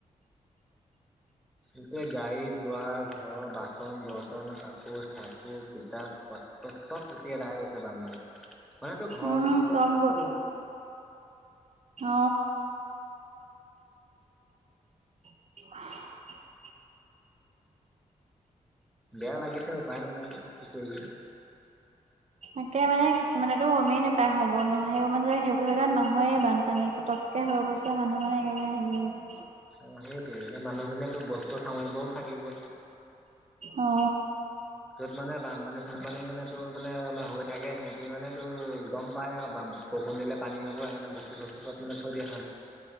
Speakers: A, in the centre; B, on the right.
A: যেতিয়া গাড়ী, দুৱাৰ, ঘৰ, বাচন-বৰ্তন, কাপোৰ-চাপোৰ, কিতাপ চব উটি আদায় হৈ গৈছে বানপানীত। মানে তোৰ ঘৰটো
B: উম,
A: গোটেই
B: চব
A: ঘৰ
B: গ'ল
A: ডুবি গৈ
B: অ <unintelligible>
A: বেয়া লাগিছে উপাই নাই কি কৰিবি।
B: তাকে মানে কিছুমানেতো গমেই নাপায় হ'ব নহয় সেইবোৰ মানে সেইবোৰ জেগাত নহয়ে বানপানী ফটক কে হৈ গৈছে মানুহ মানে একেবাৰে হেৰি হৈ গৈছে।
A: অ সেইটো এতিয়া মানুহ খিনিয়েতো বস্তু সামৰিব থাকি গ'ল।
B: অ।
A: য'ত মানে বানপানী-চানপানী মানে তোৰ মানে হৈ থাকে সিহঁতি মানে তোৰ গম পাই আৰু বাম বৰষণ দিলে পানী হ'ব সেইকাৰণে বস্তু-চস্তু মানে থৈ দিয়ে